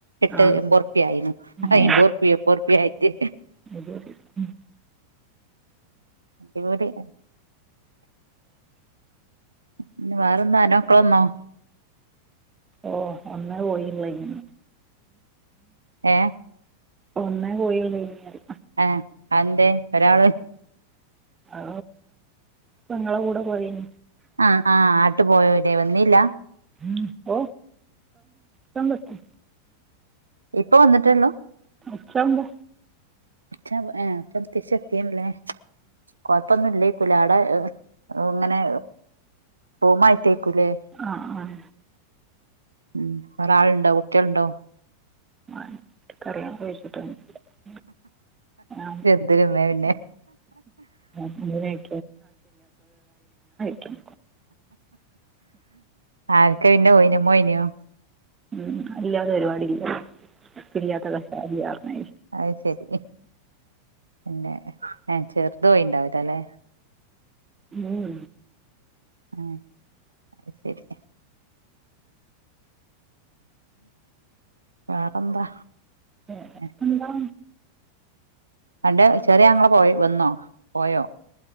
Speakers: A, on the right; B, on the right.
A: എട്ട്
B: ആ
A: എമ്പറു പ്പായിന്നു അയിമ്പറു
B: ഏ
A: പ്പിയാ അയ് മ്പർ പ്പി യ ആയിറ്റ്
B: <inaudible>
A: ഇവടെയ് പിന്നെ വേറെന്താ അന്റെ മ ക്കള് വന്നോ?
B: ഓ ഒന്നേ പോയില്ലന്നു
A: ഏ
B: ഒന്നെ പോയല്ലെന്നു പറ
A: എ അതെന്തേ ഒരാള്
B: ആ പെങ്ങളുടെ കൂടെ പോയിന്
A: അ ആട്ടു പോയവിടെ വന്നില്ല
B: ഉ ഓ സമസ്
A: ഇപ്പൊ വന്നിട്ടൊള്ളൂ
B: <unintelligible>
A: ഒച്ചവു സത്തിം ലെ കൊഴപ്പൊന്നും ഇല്ലേക്കൂല അവിടെ ഇങ്ങനെ റൂമായി ട്ടേക്കൂലേ
B: ആഹ് ആഹ്
A: ഉം വേറാ ളുണ്ടോ കുട്ടിളുണ്ടോ?
B: <unintelligible> ഞാൻ
A: എന്തവേണ്ടേ
B: <unintelligible> ക്കും
A: ആൽ കയിന്റെ ഓയിന മൊ യിനോ
B: ഉം കായില്ലാത്ത പരിവാടില്ല ഉപ്പില്ലാത്ത കസായില്ലറിഞ്ഞതിരി.
A: അയ് ശരി പിന്നെ ചേർത് പോയിണ്ടാവില്ലലെ?
B: ഏഹേ
A: എ അയ് ശരി. വേറെന്താ?
B: വേറെപ്പന്താ?
A: ഏ അന്റെ ചെറി ആങ്ങളെ പോയ് വന്നോ പോയോ?